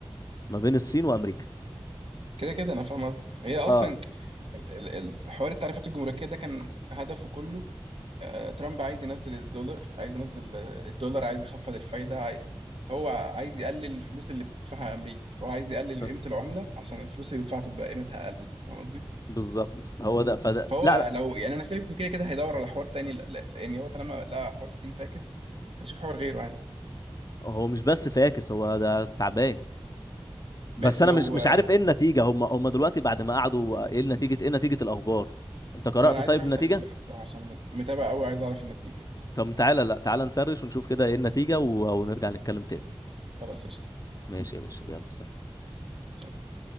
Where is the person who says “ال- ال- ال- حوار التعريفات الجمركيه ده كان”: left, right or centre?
Right